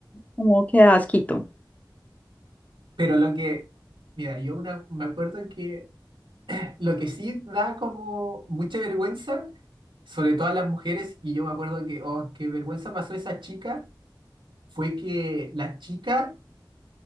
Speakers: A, on the left; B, on the right.
A: como que da asquito.
B: Pero lo que, mira, yo una, me acuerdo que lo que sí da como mucha vergüenza, sobre todo a las mujeres, y yo me acuerdo que, oh, qué vergüenza pasó esa chica fue que la chica